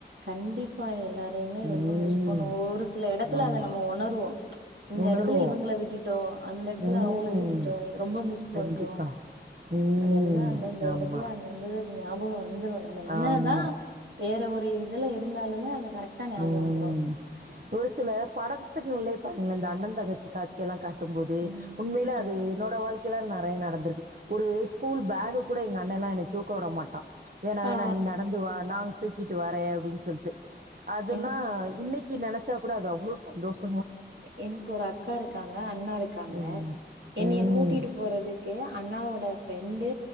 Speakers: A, on the right; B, on the right.
A: கண்டிப்பா எல்லாரையுமே
B: ம்
A: ரொம்ப மிஸ் பண்ணு ஒரு சில இடத்துல
B: ஆமா
A: அதை நம்ம உணருவோம் இந்த
B: உணருவோ
A: இடத்துல இவங்கள விட்டுட்டோம் அந்த இடத்துல
B: ம்
A: அவங்கள
B: ம்.
A: விட்டுட்டோ ரொம்ப மிஸ்
B: கண்டிப்பா
A: பண்றோ
B: ம்
A: அதெல்லா அந்தந்த
B: ஆமா,
A: இடத்துல அந்தந்தக்கு ஞாபக வந்து வந்துடும் நம்ம என்னதான்
B: ஆமா.
A: வேற ஒரு இருந்தாலுமே அத கரெக்டா ஞாபகம்
B: ம்
A: வந்துரும்
B: ஒரு சில படத்துக்குள்ளையே பாருங்களே இந்த அண்ணன் தங்கச்சி காட்சியெல்லா கா ட்டு போது
A: ம்.
B: உண்மையில அது
A: ஆ.
B: என்னோட வாழ்க்கை நிறைய நடந்திருக்கு ஒரு ஸ்கூல் பேக் கூட எங்க அண்ணனை எல்லா என்னை தூக்க விடமாட்டான் வேணா வேணா
A: ஆ.
B: நீ நடந்துவா நாங தூக்கிட்டு வரே அப்படின்னு சொல்லிட்டு அதெல்லாம்
A: என்
B: இன்னைக்கு நினைச்சா கூட அது அவ்வளோ சந்தோஷம்
A: எனக்கு ஒரு அக்கா இருக்காங்க அண்ணா இருக்காங்க
B: ம். ம்.
A: என்னைய கூட்டிட்டு
B: ம்.
A: போறதுக்கு அண்ணாவோட ஃப்ரெண்டு